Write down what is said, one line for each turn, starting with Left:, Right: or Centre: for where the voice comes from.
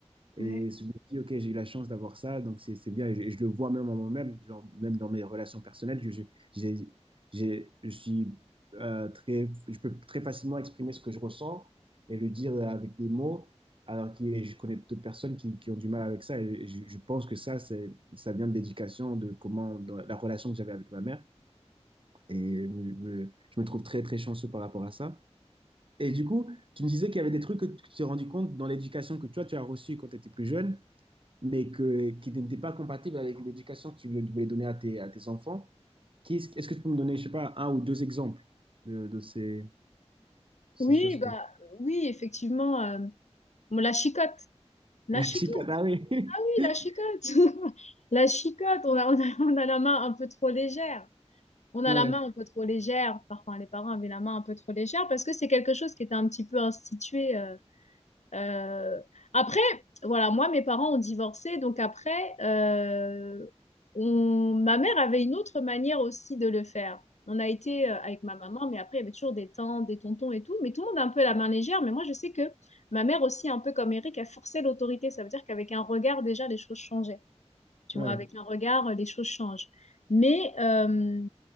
Right: Et
Left: Ouais.
Right: je me dis, ok, j'ai eu la chance d'avoir ça, donc c'est c'est bien. Et je, et je le vois même en moi-même, genre, même dans mes relations personnelles, je, je- j'ai- j'ai- je suis euh, très, je peux très facilement exprimer ce que je ressens et le dire avec des mots, alors que je connais d'autres personnes qui, qui ont du mal avec ça. Et je, je pense que ça, c'est, ça vient de l'éducation, de comment, de la relation que j'avais avec ma mère. Et je me je me trouve très, très chanceux par rapport à ça. Et du coup, tu me disais qu'il y avait des trucs que tu t'es rendu compte dans l'éducation que toi, tu as reçue quand tu étais plus jeune mais que, qui n'était pas compatible avec l'éducation que tu voulais donner à tes, à tes enfants. quest ce est-ce que tu peux me donner, je sais pas, un ou deux exemples de, de ces, ces
Left: Oui,
Right: choses
Left: bah
Right: dont...
Left: oui, effectivement. euh, bon, la chicotte,
Right: <laughs>
Left: la
Right: La
Left: chicotte,
Right: chicane, ah oui.
Left: ah oui,
Right: <laughs>
Left: la chicotte, <laughs> la chicotte, on a, on a, on a la main un peu trop légère. on a
Right: Ouais,
Left: la main un peu trop légère, parfois les parents avaient la main un peu trop légère parce que c'est quelque chose qui était un petit peu institué. euh, euh. Après, voilà, moi, mes parents ont divorcé, donc après, euh, on... ma mère avait une autre manière aussi de le faire. On a été euh, avec ma maman, mais après, il y avait toujours des tantes, des tontons et tout, mais tout le monde a un peu la main légère. Mais moi, je sais que ma mère aussi, un peu comme Eric, a forcé l'autorité. Ça veut dire qu'avec un regard, déjà, les choses changeaient. Tu
Right: ouais.
Left: vois, avec un regard, les choses changent. Mais euh,